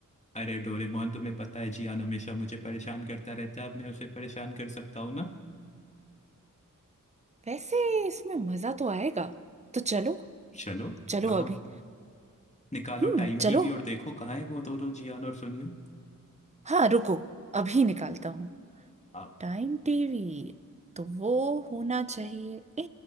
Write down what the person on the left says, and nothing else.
अरे डोरेमोन तुम्हें पता है जियान हमेशा मुझे परेशान करता रहता है अब मैं उसे परेशान कर सकता हूँ
चलो
कहाँ
निकालो
टाइम
टीवी और देखो कहाँ है वो दोनों जियान और सुनियो
आप